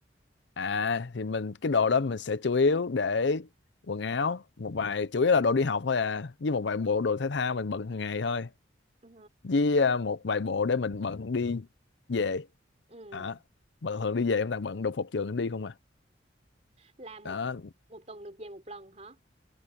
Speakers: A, on the left; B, on the right.
A: à thì mình cái đồ đó mình sẽ chủ yếu để quần áo một vài chủ yếu là đồ đi học thôi à với một vài bộ đồ thể thao mình bận hàng ngày thôi
B: Ờ,
A: với ờ, một vài bộ để mình bận đi về
B: ừ
A: à, bận thường đi về em toàn bận đồ phục trường em đi không à
B: là một
A: đó
B: một tuần được về một lần hả?